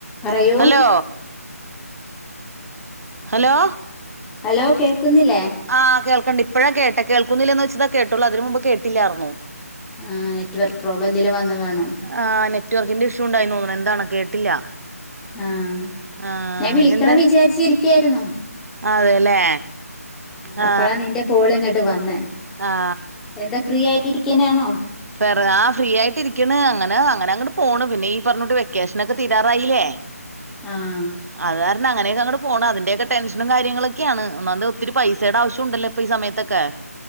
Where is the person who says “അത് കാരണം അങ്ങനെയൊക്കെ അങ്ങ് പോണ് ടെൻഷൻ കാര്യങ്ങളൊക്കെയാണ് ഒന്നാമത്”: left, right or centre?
Right